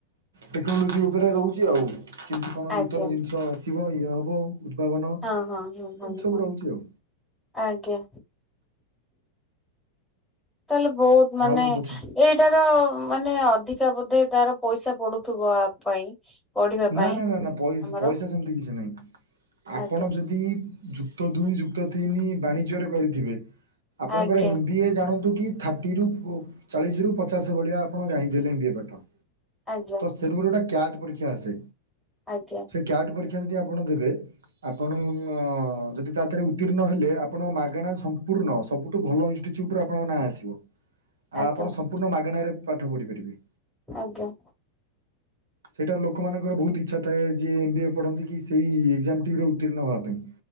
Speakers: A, on the right; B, in the centre.
A: ଟେକ୍ନୋଲୋଜି ଉପରେ ରହୁଛି। ଆଉ କିମତି କଣ
B: ଆଜ୍ଞା
A: ନୂତନ ଜିନିଷ ଆସିବ ଇଏ ହବ। ପାବନ ଏମିତି
B: ହଁ ହଁ ହଁ ହଁ
A: ସବୁ
B: ହଁ
A: ରହୁଛି ଆଉ।
B: ଆଜ୍ଞା ତାହେଲେ ବହୁତ ମାନେ
A: ଆଉ କ'ଣ ପଚାର
B: ଏ ଏଟାର ମାନେ ଅଧିକା ବୋଧେ ତାର ପଇସା ପଡୁଥିବା ଆ ପାଇଁ। ପଢିବା ପାଇଁ
A: ନା ନା ନା ନା ପଇ
B: ଆମର
A: ପଇସା ସେମିତି କିଛି ନାହିଁ ଆପଣ
B: ଆଜ୍ଞା
A: ଯଦି ଜୁ କ୍ ଦୁଇ ଯୁକ୍ତ ତିନି ବାଣିଜ୍ୟରେ କରିଥିବେ ଆପଣଙ୍କର
B: ଆଜ୍ଞା
A: ଏମ୍ ବି ଏ ଜାଣନ୍ତୁ କି ଥା ଟିରୁ ଚାଳିଶ ରୁ ପଚାଶ ଭଳିଆ ଆପଣ ଜାଣିଦେଲେ ଏମ ବିଏ ପାଠ।
B: ଆଜ୍ଞା।
A: ସେ ଗୋଟେ କ୍ୟାଟ ପରୀକ୍ଷା ଆସେ
B: ଆଜ୍ଞା।
A: ସେ କ୍ୟାଟ ପରୀକ୍ଷା ଯଦି ଆପଣ ଦେବେ। ଆପଣ। ଯଦି ଦେରେ ଉତ୍ତୀର୍ଣ୍ଣ ହେଲେ ଆପଣଙ୍କ ମାଗଣା ସମ୍ପୂର୍ଣ୍ଣ ସବୁଠୁ ଭଲ ଇନଷ୍ଟିଚ୍ୟୁଟ ରୁ ଆପଣଙ୍କ ନାଁ ଆସିବ। ଆ
B: ଆଜ୍ଞା
A: ଆପଣ ସମ୍ପୂର୍ଣ୍ଣ ମାଗଣ ାରେ ପାଠ ପଢିପାରିବେ।
B: ଆଜ୍ଞା।
A: ସେଇଟା ଲୋକମାନଙ୍କର ବହୁତ ଇଚ୍ଛା ଥାଏ ଯିଏ ଏମ୍ ବିଏ ପଢ଼ନ୍ତି କି ସେଇ ଏକଜାମ ଟିରେ ଉତ୍ତର୍ଣ୍ଣ ହେବା ପାଇଁ।